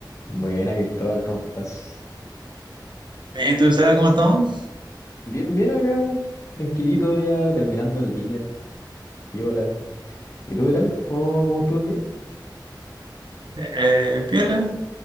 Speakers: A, on the left; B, on the right.
A: Buena, Cristóbal, ¿cómo estás?
B: Eh, ¿Tú sabes cómo estamos?
A: Bien, bien acá, tranquilito ya, terminando el día, piola. ¿Y tú qué tal? ¿Cómo, cómo estuvo el día?
B: Eh, piola.